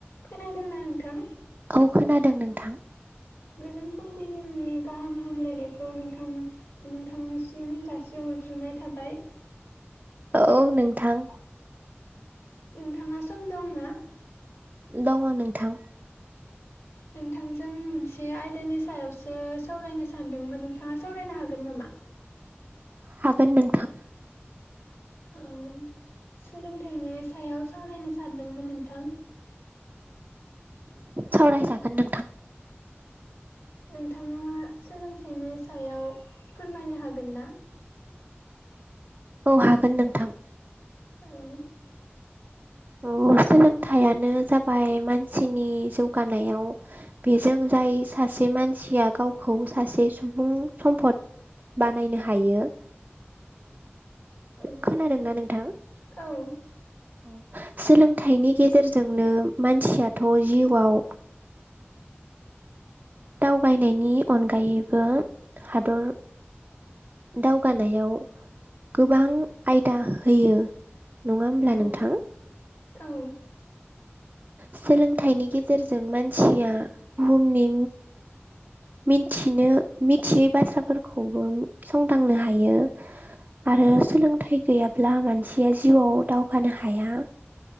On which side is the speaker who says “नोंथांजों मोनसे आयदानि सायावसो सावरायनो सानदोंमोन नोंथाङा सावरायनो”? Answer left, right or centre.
Left